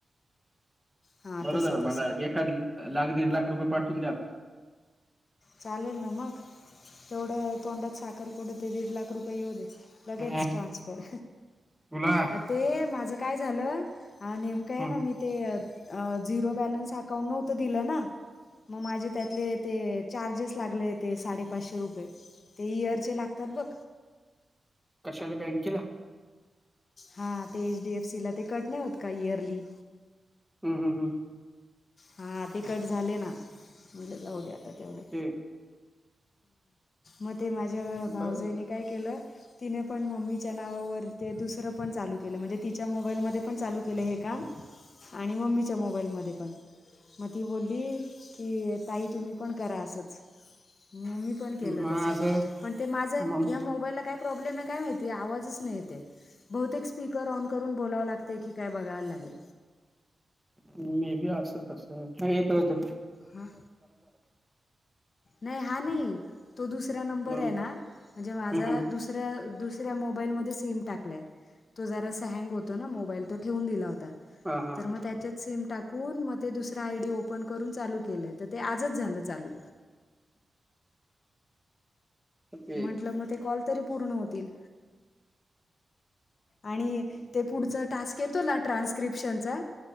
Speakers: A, on the left; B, in the centre.
A: हां
B: बर
A: तसं
B: झालं.
A: तसं
B: मला एखाद लाख, दीड लाख रुपये पाठवून द्या.
A: चालेल ना मग. तेवढं तोंडात साखर पडू दे, दीड लाख रुपये येऊ दे.
B: आता.
A: लगेच ट्रान्सफर.
B: तुला
A: ते माझं काय झालं, हा नेम कं आहे
B: हम्म,
A: ना, मी ते झिरो बॅलन्स अकाउंट नव्हतं दिलं ना. मग माझे त्यातले ते चार्जेस लागले ते साडेपाचशे रुपये. ते इयरचे लागतात बघ.
B: कशाला, बँकेला?
A: हा, ते एच. डी. एफ. सी. ला ते कट नाही होत का इयरली?
B: हम्.. हम्.. हम्.
A: हा ते कट झाले ना. म्हटलं जाऊ दे आता तेवढे.
B: ते
A: मग ते माझ्या भाऊजईनी
B: बर
A: काय केलं तिने पण मम्मीच्या नावावर ते दुसरं पण चालू केलं, म्हणजे तिच्या मोबाईलमध्ये पण चालू केलं हे काम आणि मम्मीच्या मोबाईलमध्ये पण. मग ती बोलली, की ताई तुम्ही पण करा असंच. म मी पण केलं
B: माझं
A: तसं. पण ते माझं
B: मग
A: ह्या मोबाईलला काय प्रॉब्लेम आहे काय माहिती, आवाजच नाही येत आहे. बहुतेक स्पीकर ऑन करून बोलावं लागतं, की काय बघायला लागेल.
B: मे बी असलं तसं. हा, इथं होतं.
A: हां. नाही हां नाही. तो दुसऱ्या नंबर
B: हम्म,
A: आहे ना, म्हणजे माझा
B: हम्म, हम्म,
A: दुस दुसऱ्या, दुसऱ्या मोबाईलमध्ये सिम टाकलाय. तो जरासा हँग होतो ना मोबाईल, तो ठेवून दिला हो आता,
B: हा हा
A: तर मग त्याच्यात सिम टाकून, म ते दुसरं आयडी ओपन करून चालू केलंय. तर ते आजच झालं चालू.
B: ते
A: म्हंटलं, मग ते कॉल तरी पूर्ण होतील. आणि ते पुढचा टास्क येतो ना ट्रान्स्क्रिप्शनचा